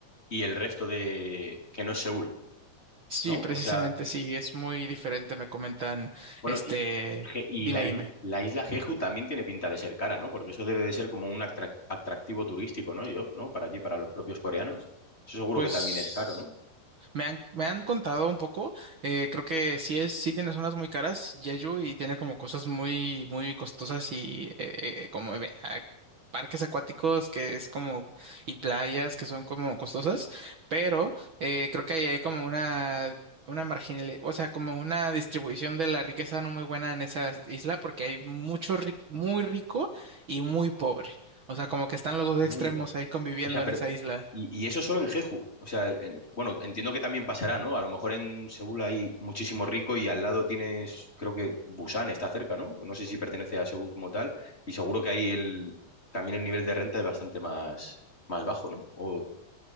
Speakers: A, on the left (about 20°); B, on the right (about 45°).
A: y el resto de... que no es Seúl,
B: sí,
A: ¿no?
B: precisamente,
A: O sea,
B: sí, es muy diferente, me comentan,
A: bueno,
B: este,
A: y, Je- y
B: dime,
A: la, is-
B: dime.
A: la isla Jeju también tiene pinta de ser cara, ¿no? Porque eso debe de ser como un atrac- atractivo turístico, ¿no? Yo, ¿no? Para allí, para los propios coreanos. Eso seguro
B: Pues...
A: que también es caro, ¿no?
B: Me han, me han contado un poco, eh, creo que sí es, sí tiene zonas muy caras, Jeju, y tiene como cosas muy, muy costosas y eh, eh, como ve- a- parques acuáticos que es como, y playas que son como costosas, pero eh, creo que ahí hay como una, una marginal, o sea, como una distribución de la riqueza no muy buena en esa isla, porque hay mucho ri- muy rico y muy pobre. O sea, como que están los dos
A: Mm,
B: extremos ahí conviviendo
A: O sea,
B: en
A: pero.
B: esa isla.
A: Y, y eso solo en Jeju. O sea, en- bueno, entiendo que también pasará, ¿no? A lo mejor en Seúl hay muchísimo rico y al lado tienes, creo que Busan está cerca, ¿no? No sé si pertenece a Seúl como tal. Y seguro que ahí el, también el nivel de renta es bastante más, más bajo, ¿no? ¿O,